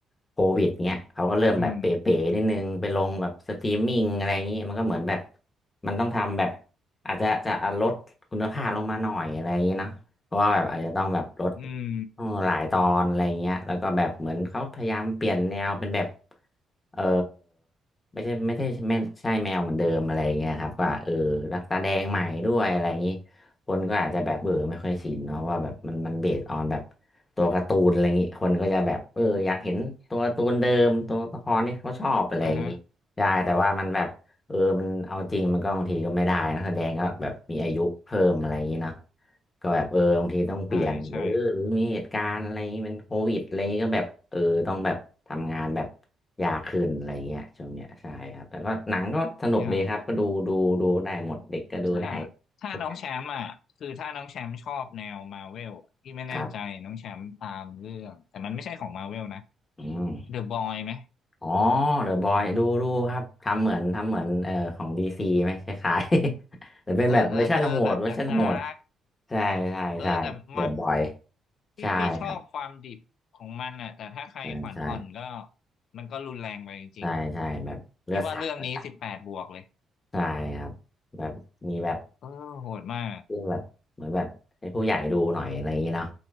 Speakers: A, on the left; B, on the left.
A: โควิดเงี้ยเขาก็เริ่มแบบเป๋ๆนิดนึงไปลงแบบสตรีมมิ่งอะไรอย่างงี้มันก็เหมือนแบบ
B: อืม
A: มันต้องทำแบบอาจจะจะลดคุณภาพลงมาหน่อยอะไรอย่างงี้เนาะเพราะว่าแบบอาจจะต้องแบบลด
B: อืม
A: โอหลายตอนอะไรเงี้ยแล้วก็แบบเหมือนเขาพยายามเปลี่ยนแนวเป็นแบบเออไม่ใช่ไม่ได้ไม่ใช่แมวเหมือนเดิมอะไรเงี้ยครับก็เออรักตาแดงใหม่ด้วยอะไรอย่างนี้คนก็อาจจะแบบเออไม่ค่อยชินเนาะว่าแบบมันมันเบสออนแบบตัวการ์ตูนอะไรอย่างนี้คนก็จะแบบเอออยากเห็นตัวการ์ตูนเดิมตัวละครที่เขาชอบอะไรอย่างนี้ได้แต่ว่ามันแบบเออมันเอาจริงมันก็บางทีก็ไม่ได้นะแสดงก็แบบมีอายุเพิ่มอะไรอย่างนี้เนาะ
B: อ่าฮะ
A: ก็แบบเออบางทีต้องเปลี่ยนหรือหรือมีเหตุการณ์อะไรอย่างงี้เป็นโควิดอะไรอย่างงี้ก็แบบเออต้องแบบทำงานแบบ
B: ใช่ใช่
A: ยากขึ้นอะไรเงี้ยช่วงเนี้ยใช่ครับแต่ก็หนังก็สนุกดีครับก็ดูดูดูได้หมดเด็กก็ดูได้
B: อย่างถ้าถ้าน้องแชมป์อ่ะคือถ้าน้องแชมป์ชอบแนวมาเวลที่ไม่แน่ใจน้องแชมป์ตามเรื่องแต่มันไม่ใช่ของมาเวลนะ
A: ทุกอย่างครับอืม
B: เดอะบอยไหม
A: อ๋อเดอะบอยดูดูครับทำเหมือนทำเหมือนเอ่อของดีซีไหมคล้ายๆ <laughs> แต่เป็นแบบเวอร์ชันโหดเวอร์ชันโหด
B: เออเออเออแบบดาร์กดาร์ก
A: ใช่ใช่ใช่เดอะบอย
B: เออแต่มาพี่พี่ชอบความดิบของมันอ่ะแต่ถ้าใครขวัญอ่อนก็
A: ใช่ครับใช่ใช่
B: มันก็รุนแรงไปจริงๆอะ
A: ใช่ใช่แบบเลือดสาดเลือดสาด
B: พี่ว่าเรื่องนี้สิบแปดบวกเลย
A: ใช่ครับแบบมีแบบ
B: เออโหดมาก
A: ขึ้นแบบเหมือนแบบให้ผู้ใหญ่ดูหน่อยอะไรอย่างนี้เนาะ